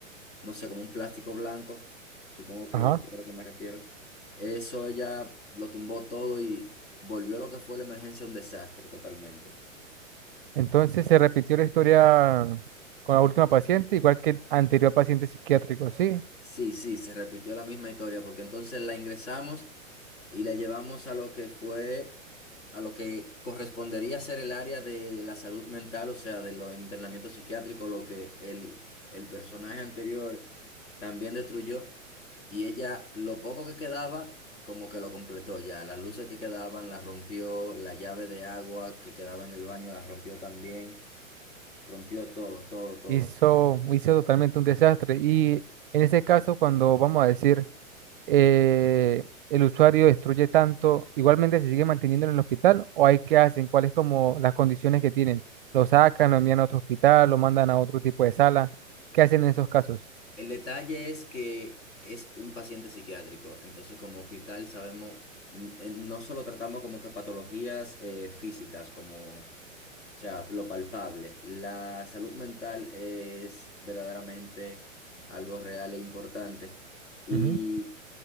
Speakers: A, on the left; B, on the right.
A: no sé, como un plástico blanco, supongo que
B: Ajá.
A: es Sí. a lo que me refiero. Eso ella lo tumbó todo y volvió lo que fue la emergencia un desastre totalmente.
B: Entonces se repitió la historia con la última paciente, igual que el anterior paciente psiquiátrico, sí,
A: Sí, sí, se repitió la misma historia porque entonces la ingresamos. y la llevamos a lo que fue, a lo que correspondería ser el área de la salud mental, o sea, de los internamientos psiquiátricos, lo que el, el personaje anterior también destruyó. Y ella, lo poco que quedaba, como que lo completó ya. Las luces que quedaban las rompió, la llave de agua que quedaba en el baño la rompió también. Rompió todo, todo, todo.
B: hizo, hizo totalmente un desastre. Y en ese caso, cuando vamos a decir... eh, el usuario destruye tanto, igualmente se sigue manteniendo en el hospital o hay que hacen, cuáles como las condiciones que tienen. Lo sacan, lo envían a otro hospital, lo mandan a otro tipo de sala. ¿Qué hacen en esos casos?
A: El detalle es que es un paciente psiquiátrico, entonces como hospital sabemos, n- eh, no solo tratamos como que patologías eh, físicas, como, o sea, lo palpable. La salud mental es verdaderamente algo real e importante y
B: Ujú.